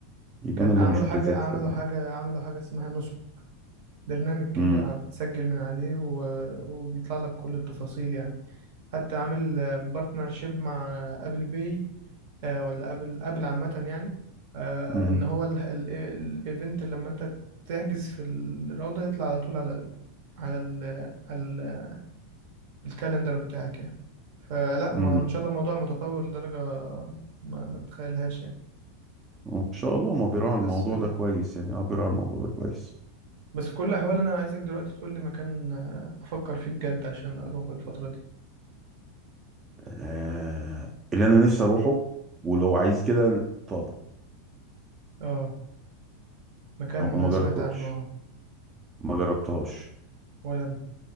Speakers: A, on the right; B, on the right.
A: يبقى
B: كان
A: أنا اللي
B: عملوا
A: مش متذكر
B: حاجة عملوا
A: بقى
B: حاجة عملوا حاجة اسمها نسب برنامج كده
A: امم
B: بتسجل من عليه و... وبيطلع لك كل التفاصيل يعني حتى عامل بارتنرشيب مع أبل باي آه، ولا أبل أبل عامة يعني آه،
A: امم
B: إن هو ال- ال- الإيفنت اللي لما أنت تحجز في الروضة يطلع على طول على على ال... على ال- الكالندر بتاعك يعني فلا ما
A: امم
B: ما شاء الله الموضوع متطور لدرجة ما, ما تتخيلهاش يعني
A: وإن شاء الله ما بيراعي الموضوع
B: بس
A: ده كويس يعني أه بيراعي الموضوع ده كويس
B: بس في كل الأحوال أنا عايزك دلوقتي تقول لي مكان آه، أفكر فيه بجد عشان أروحه الفترة دي
A: آه... اللي أنا نفسي أروحه ولو عايز كده طابة
B: آه مكان
A: أو أنا ما جربتهاش
B: سمعت عنه آه
A: ما جربتهاش
B: ولا أنا